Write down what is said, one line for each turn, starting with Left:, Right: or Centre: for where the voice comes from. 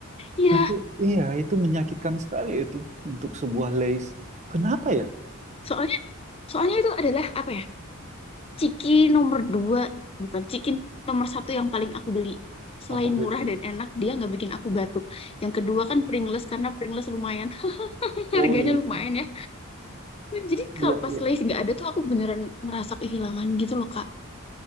Left: Ya,
Right: Tapi iya itu menyakitkan sekali itu untuk sebuah lace. Kenapa ya
Left: soalnya Soalnya itu adalah apa ya? Ciki nomor dua, bukan ciki nomor satu yang paling aku beli. Selain
Right: favorit
Left: murah
Right: ya?
Left: dan enak, dia nggak bikin aku batuk. Yang kedua kan Pringles, karena Pringles lumayan, <laughs>
Right: Oh
Left: harganya
Right: iya.
Left: lumayan ya. Jadi kalau
Right: Iya,
Left: pas
Right: iya.
Left: Lay's nggak ada tuh aku beneran merasa kehilangan gitu loh, Kak.